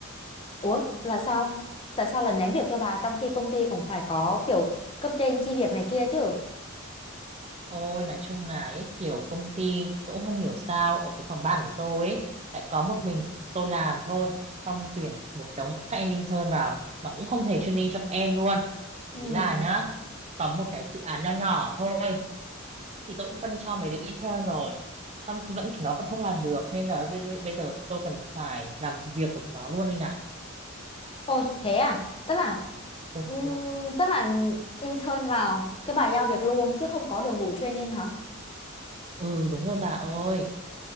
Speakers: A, on the left; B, on the right.
A: Ủa, là sao? Tại sao lại ném việc cho bà trong khi công ty cũng phải có kiểu cấp trên chi việc này kia chứ?
B: Ôi, nói chung là ấy, kiểu công ty tôi cũng không hiểu sao ở cái phòng ban của tôi ấy, lại có một mình tôi làm thôi. Xong tuyển một đống các em intern vào mà cũng không hề training cho các em luôn.
A: Ừm,
B: Thế là nhá, có một cái dự án nho nhỏ thôi thì tôi cũng phân cho mấy đứa intern rồi xong vẫn chúng nó vẫn không làm được nên là bây, bây giờ tôi cần phải làm việc của chúng nó luôn đây nè
A: Ôi, thế à? Tức là
B: Ồ,
A: ừm, tức là intern vào cái bà giao việc luôn chứ không có đội ngũ training hả?
B: ừ đúng rồi bà ơi